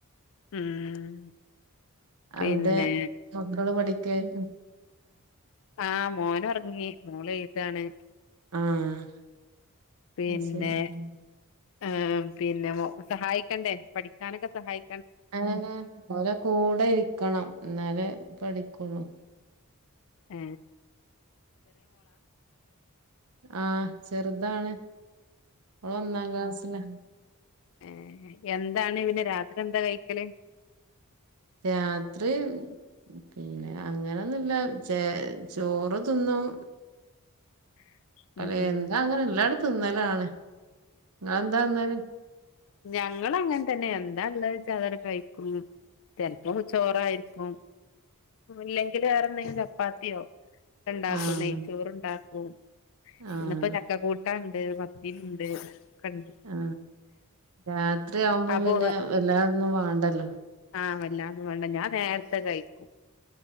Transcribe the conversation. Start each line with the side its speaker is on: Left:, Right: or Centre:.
Left: ഉം പിന്നെ
Right: അവടെ <unintelligible> പഠിക്കേ <unintelligible>
Left: ആഹ് മോനോറങ്ങി മോളെഴ്താണ്.
Right: ആഹ്
Left: പിന്നെ
Right: അയ് ശെരി ഉം
Left: ഏഹ് പിന്നെ മോ സഹായിക്കണ്ടേ പഠിക്കാനൊക്കെ സഹായി
Right: ഏ ഓരെ കൂടെ ഇരിക്കണം ഇന്നാലെ പഠിക്കൊള്ളൂ
Left: ഏ
Right: ആ ചെറ്താണ് ഓൾ ഒന്നാം ക്ലാസിലാ
Left: ഏ എന്താണ് പിന്നെ രാത്രി എന്താ കഴിക്കല്
Right: രാത്രി മ് പിന്നെ അങ്ങനൊന്നൂല ചെ ചോറ് തിന്നും
Left: <inaudible>
Right: അല്ലെ
Left: ഉം ഉം
Right: എന്താ അങ്ങനെ ഇള്ളതങ്ങ്ട് തിന്നലാണ് ഇങ്ങളെന്താന്നല്
Left: ഞങ്ങളങ്ങനെ തന്നെ എന്താ ഉള്ളത്ച്ച അതട് കഴിക്കും ചിലപ്പോ ചോറായിരിക്കും ല്ലേ എ വേറെ എന്തെങ്കിലും ചപ്പാത്തിയോ ഉണ്ടാക്കും
Right: ആഹ്
Left: നെയ്ച്ചോറ് ഉണ്ടാക്കും
Right: ആഹ്
Left: ഇന്നിപ്പോ ചക്ക കൂട്ടാണ്ട് പത്തിരിണ്ട് ഒക്കെണ്ട്
Right: ആ രാത്രി ആവുമ്പോം
Left: അപ്പൊ
Right: പിന്നെ എല്ലാതൊന്നും വേണ്ടല്ലോ
Left: ആഹ് വല്ലാന്നും വേണ്ട ഞാൻ നേരത്തെ കഴിക്കും